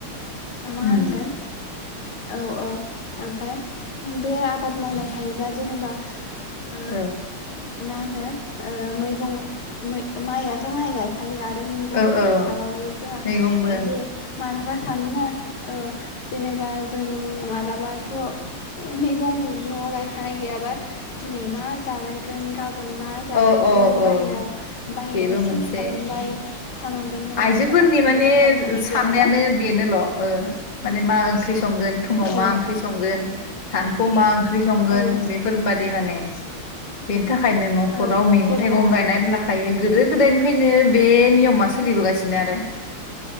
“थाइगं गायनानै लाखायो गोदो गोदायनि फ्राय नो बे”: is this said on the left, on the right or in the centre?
Left